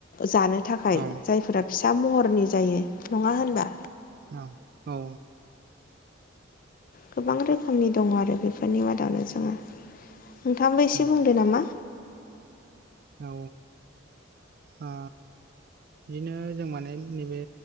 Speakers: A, on the left; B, on the right.
A: जानो ओ थाखाय
B: औ
A: जायफोरा फिसा महरनि जायो नङा होनबा?
B: औ औ।
A: गोबां रोखोमनि दङ आरो बेफोरनि मादावनो जोङो ओ नोंथांबो एसे
B: औ
A: बुंदो नामा?
B: औ आ बिदिनो जों माने नैबे